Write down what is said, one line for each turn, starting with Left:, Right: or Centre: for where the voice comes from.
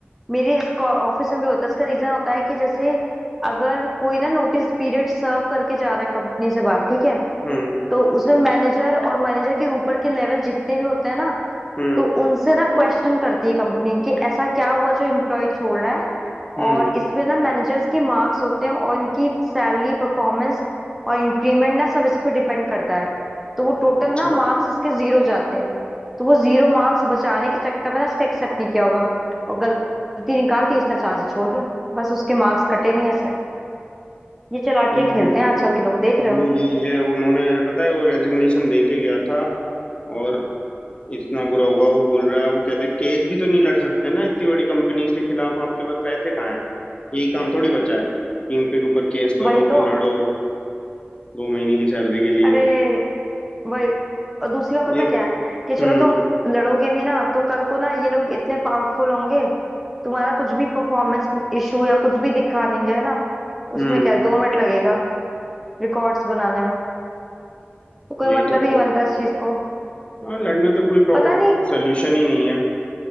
Centre: मेरे इसको ऑफिस में भी होता है इसका रीजन होता है कि जैसे अगर कोई ना नोटिस पीरियड सर्व करके जा रहा है कंपनी से बाहर ठीक है
Left: हम्म
Centre: तो उसमें मैनेजर और मैनेजर के ऊपर के लेवल जितने भी होते हैं ना
Left: हम्म
Centre: तो उनसे ना क्वेश्चन करती है कंपनी कि ऐसा क्या हुआ जो एम्प्लॉय छोड़ रहा है
Left: हम्म
Centre: और इसमें ना मैनेजर्स के मार्क्स होते हैं और इनकी सैलरी परफॉर्मेंस और इंक्रीमेंट ना सब इस पर डिपेंड करता है तो वो टोटल
Left: अच्छा
Centre: ना मार्क्स इसके जीरो जाते हैं तो वो जीरो मार्क्स बचाने के चक्कर में ना उसका एक्सेप्ट नहीं किया होगा और गलती निकाल दी उसने चांस छोड़ दिया बस उसके मार्क्स कटे नहीं ऐसे ये चालाकियां
Left: हम्म
Centre: खेलते हैं आजकल के लोग देख रहे
Left: वो
Centre: हो
Left: यही है उन्होंने पता है वो रेजिग्नेशन दे के गया था और इतना बुरा हुआ वो बोल रहा है वो कहते हैं केस भी तो नहीं लड़ सकते ना इतनी बड़ी कंपनीज के खिलाफ आपके पास पैसे कहाँ हैं यही काम थोड़ी बचा है इन पे के ऊपर केस करो
Centre: वही
Left: फिर
Centre: तो
Left: लड़ो दो महीने की सैलरी के लिए
Centre: अरे वही और दूसरी बात पता
Left: ये
Centre: क्या है कि चलो
Left: हम्म
Centre: तुम लड़ोगे भी ना तो कल को ना ये लोग इतने पावरफुल होंगे तुम्हारा कुछ भी परफॉर्मेंस इशू या कुछ भी दिखा देंगे है ना उसमें
Left: हम्म
Centre: क्या है, दो मिनट लगेगा रिकॉर्ड्स बनाने में तो कोई
Left: यही
Centre: मतलब
Left: तो प्रॉब्लम
Centre: ही नहीं बनता इस चीज को
Left: हाँ लड़ना तो कोई प्रॉब्लम
Centre: पता नहीं
Left: सोल्यूशन ही नहीं है